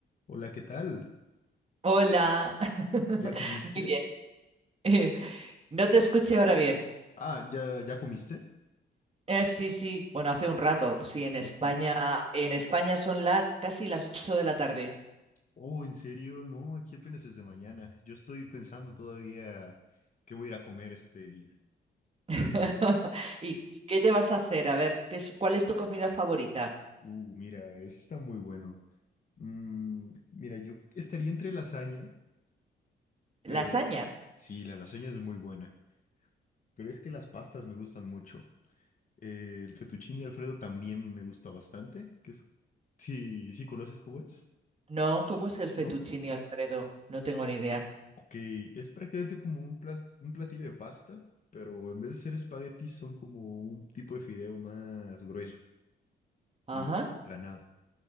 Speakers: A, on the left; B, on the right.
A: Hola, ¿qué tal?
B: Hola. <laughs>
A: ¿Ya comiste?
B: Muy bien. Eh, no te escuché ahora bien.
A: Ah, ¿ya, ya comiste?
B: Eh, sí, sí. Bueno, hace un rato, sí, en
A: Sí,
B: España,
A: es un ra-
B: en España son las casi las 8 de la tarde.
A: Oh, ¿en serio? No, aquí apenas es de mañana. Yo estoy pensando todavía qué voy a ir a comer este día.
B: <laughs> ¿Y, y qué te vas a hacer? A ver, ¿qué es, cuál es tu comida favorita?
A: Uh, mira, eso está muy bueno. Mm, mira, yo estaría entre lasaña, pero
B: ¿Lasaña?
A: sí, la lasaña es muy buena. Pero es que las pastas me gustan mucho. Eh, el fettuccine Alfredo también me gusta bastante, que es... Sí, sí conoces cómo es,
B: No, ¿cómo es el fettuccine
A: ¿no?
B: Alfredo? No tengo ni idea.
A: Ok, es prácticamente como un, plas- un platillo de pasta, pero en vez de ser espaguetis son como un tipo de fideo más grueso
B: Ajá,
A: y aplanado.